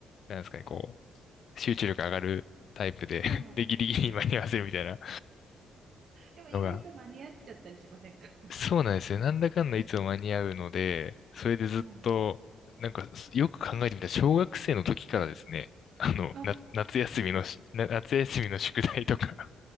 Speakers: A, on the left (about 60°); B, on the right (about 60°).
A: なんですかね、こう、集中力上がるタイプで
B: そうなんですよね。
A: <laughs> で、ギリギリに間に合わせるみたいな
B: でも意外と間に合っちゃったりしませんか
A: のが。
B: <laughs>
A: そうなんですよ。なんだかんだいつも間に合うので、それでずっと、
B: そうなんですよ。
A: なんかよく考えてみたら小学生の時からですね、あの、
B: あ、
A: な、夏休みのし、な夏休みの宿題とか